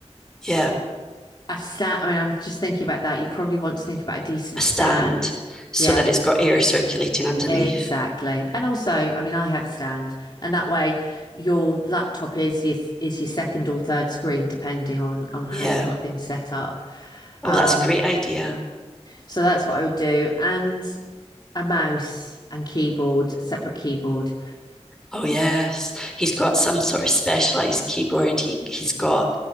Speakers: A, in the centre; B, on the left.
A: Yeah.
B: a stand. I mean, I'm just thinking about that. You probably want to think about a decent
A: A stand
B: stand.
A: so
B: Yeah,
A: that it's got air circulating underneath.
B: exactly. And also, I mean, I have a stand, and that way your laptop is your is your second or third screen, depending on on how
A: Yeah.
B: you've got things set up. Um,
A: Oh, that's a great idea.
B: so that's what I would do, and a mouse and keyboard, separate keyboard.
A: Oh yes, he's got some sort of specialized keyboard. He he's got,